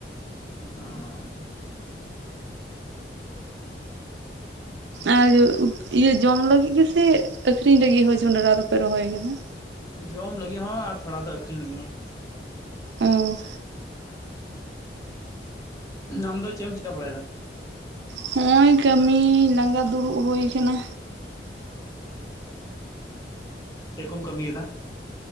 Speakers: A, on the left (about 20°); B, on the right (about 80°).
A: ᱚᱻ
B: ᱟᱨ ᱤᱭᱟᱹ ᱡᱚᱢ ᱞᱟᱹᱜᱤᱫ ᱜᱮᱥᱮ ᱟᱹᱠᱷᱨᱤᱧ ᱞᱟᱹᱜᱤᱫ ᱦᱚᱸ ᱡᱚᱸᱰᱨᱟ ᱫᱚᱯᱮ ᱨᱚᱦᱚᱭ ᱠᱟᱫᱟ?
A: ᱡᱚᱢ ᱞᱟᱹᱜᱤ ᱦᱚᱸ ᱟᱨ ᱛᱷᱚᱲᱟ ᱫᱚ ᱟᱹᱠᱷᱨᱤᱧ ᱞᱟᱹᱜᱤ ᱦᱚᱸ᱾
B: ᱚ᱾
A: ᱦᱩᱸ ᱟᱢ ᱫᱚ ᱪᱮ ᱮᱢ ᱪᱤᱠᱟ ᱵᱟᱲᱟᱭᱫᱟ?
B: ᱦᱚᱸᱜ ᱚᱭ ᱠᱟᱹᱢᱤ ᱞᱟᱸᱜᱟ ᱫᱩᱲᱩᱵ ᱦᱩᱭ ᱠᱟᱱᱟ᱾
A: ᱚ ᱪᱮᱫ ᱠᱚᱢ ᱠᱟᱹᱢᱤ ᱠᱮᱫᱟ?